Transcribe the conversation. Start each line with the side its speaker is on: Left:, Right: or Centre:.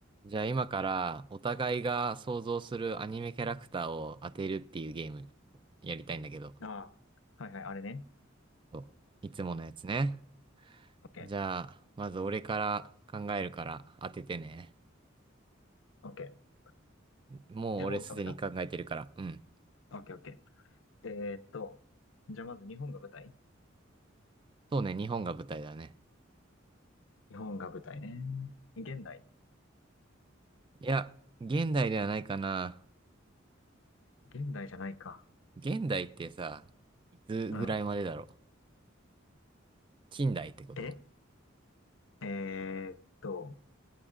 Right: じゃあ今からお互いが想像するアニメキャラクターを当てるっていうゲームやりたいんだけど。
Left: ああ、はいはい、あれね。
Right: そういつものやつね。
Left: オッケー、
Right: じゃあ、まず俺から考えるから当ててね。
Left: オッケー。
Right: もう俺すでに考えてるから。
Left: え、もう浮かべた
Right: うん。
Left: オッケー、オッケー。えーっと、じゃあまず日本が舞台
Right: そうね、日本が舞台だね。
Left: 日本が舞台ね。現代
Right: いや、現代ではないかな。
Left: 現代じゃないか。
Right: 現代ってさ、いつぐらいまでだろう。
Left: うん。
Right: 近代ってこと
Left: ええーっと、